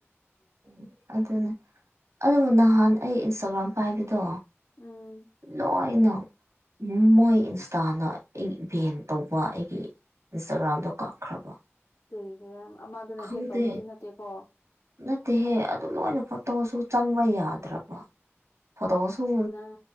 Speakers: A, on the right; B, on the left.
A: ꯎꯝ ꯑꯗꯨꯅꯦ ꯑꯗꯨꯕꯨ ꯅꯍꯥꯟ ꯑꯩ ꯏꯟꯁꯇꯥꯒ꯭ꯔꯥꯝ ꯄꯥꯏꯕꯗꯣ
B: ꯎꯝ
A: ꯂꯣꯏꯅ ꯃꯣꯏ ꯏꯟꯁꯇꯥꯅ ꯑꯩꯒꯤ ꯚꯦꯟ ꯇꯧꯕ ꯑꯩꯒꯤ ꯏꯟꯁꯇꯥꯒ꯭ꯔꯥꯝꯗꯣ ꯀꯛꯈ꯭ꯔꯕ
B: ꯀꯔꯤꯒꯤꯔ ꯑꯃꯥꯗꯨꯅ
A: ꯈꯪꯗꯦ
B: ꯍꯦꯛ ꯇꯧꯕꯗꯤ ꯅꯠꯇꯦꯀꯣ
A: ꯅꯠꯇꯦꯍꯦ ꯑꯗꯨꯝ ꯂꯣꯏꯅ ꯐꯣꯇꯣꯁꯨ ꯆꯪꯕ ꯌꯥꯗ꯭ꯔꯕ ꯐꯣꯠꯇꯣꯁꯨ
B: ꯅꯪ